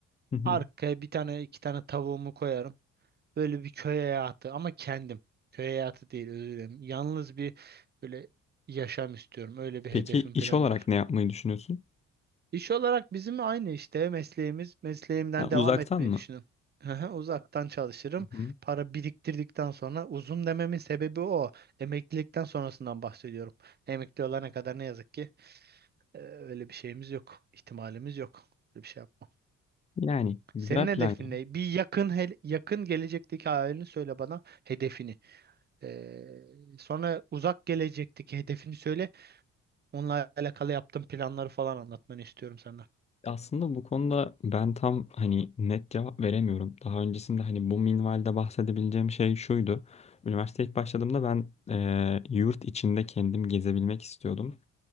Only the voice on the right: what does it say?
Arkaya bir tane iki tane tavuğumu koyarım. Böyle bir köy hayatı ama kendim. Köy hayatı değil özür dilerim. Yalnız bir böyle yaşam istiyorum. Öyle bir
hedefim
planım
var.
İş olarak bizim aynı işte mesleğimiz. Mesleğimden
devam
etmeyi
düşünüyorum. Hı hı, Uzaktan çalışırım.
Para biriktirdikten sonra uzun dememin sebebi o. Emeklilikten sonrasından bahsediyorum. Emekli olana kadar ne yazık ki e, öyle bir şeyimiz yok. ihtimalimiz yok. Öyle bir şey yapmam.
Senin hedefin
ne? Bir yakın hel- yakın gelecekteki hayalini söyle bana hedefini. E, sonra uzak gelecekteki hedefini söyle. Onunla alakalı yaptığın planları falan anlatmanı istiyorum senden.